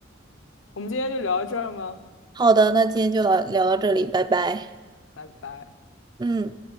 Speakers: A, on the left (about 80°); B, on the right (about 20°).
A: 我们今天就聊到这儿吗？
B: 好的，那今天就到聊到这里，拜拜。
A: 拜拜。
B: 嗯。